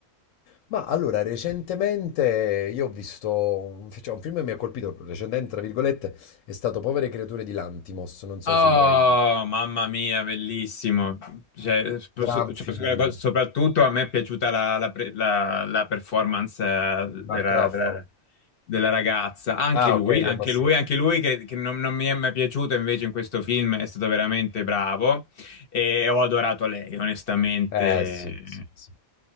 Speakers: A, on the left; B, on the left.
A: Ma allora, recentemente io ho visto un, fi- cioè, un film che mi ha colpito, recentemente, tra virgolette, è stato Povere creature di Lantimos, non so
B: Oh,
A: se lo hai...
B: mamma mia, bellissimo. Cioè, sp-
A: Gran
B: so- cioè,
A: film
B: so- co- soprattutto a me è piaciuta la, la pre- la- la performance eh,
A: di
B: della,
A: Mark Ruffalo.
B: della- della ragazza. Anche
A: Ah,
B: lui,
A: ok, di
B: anche
A: Mastone.
B: lui, anche lui che, che non, non mi è mai piaciuto invece in questo film è stato veramente bravo e ho adorato lei, onestamente.
A: Eh, sì, sì, sì.